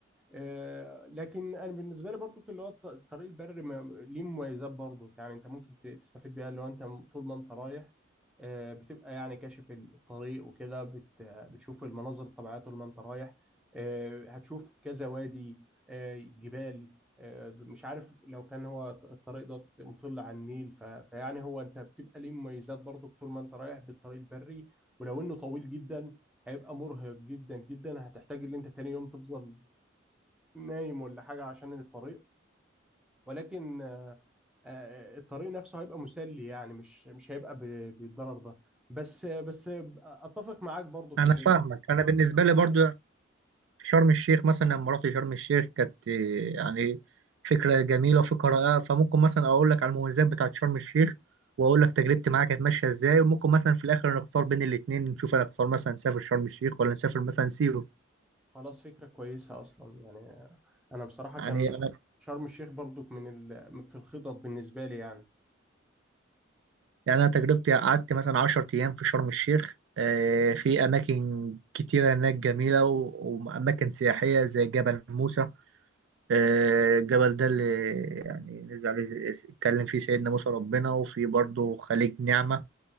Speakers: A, in the centre; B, on the right (about 70°).
A: آه، لكن انا بالنسبه لي برضو اللي هو الط- الطريق البري ما- ليه مميزات برضو يعني انت ممكن ت- تستفيد بيها اللي هو انت طول ما انت رايح آه، بتبقى يعني كاشف الطريق وكده بت- بتشوف المناظر الطبيعيه طول ما انت رايح آه، هتشوف كذا وادي آه، جبال آه، مش عارف لو كان هو الطريق ده مطل على النيل ف- فيعني هو انت بتبقى ليه مميزات برضو طول ما انت رايح بالطريق البري ولو انه طويل جدا هيبقى مرهق جدا جدا هتحتاج ان انت تاني يوم تفضل نايم ولا حاجة عشان الطريق ولكن آه، آه، آه، الطريق نفسه هيبقى مسلي يعني مش مش هيبقى ب- بالضرر ده بس بس اتفق معاك برضو في
B: انا
A: اللي
B: فاهمك انا بالنسبه لي برضو في شرم الشيخ مثلا لما رحت شرم الشيخ كانت إيه، يعني فكره جميله وفكره آه، فممكن مثلا اقول لك على المميزات بتاعت شرم الشيخ واقول لك تجربتي معاها كانت ماشيه ازاي وممكن مثلا في الاخر نختار بين الاثنين نشوف انا اختار مثلا نسافر شرم الشيخ ولا نسافر مثلا سيوه
A: خلاص فكرة كويسة اصلا يعني انا بصراحة
B: يعني
A: كان
B: انا
A: شرم الشيخ برضو من ال... في الخطط بالنسبة لي يعني
B: يعني انا تجربتي قعدت مثلا 10 ايام في شرم الشيخ آه، في اماكن كتيره هناك جميله و- واماكن سياحيه زي جبل موسى آه، الجبل ده اللي يعني نزل عليه اتكلم فيه سيدنا موسى ربنا وفي برضه خليج نعمة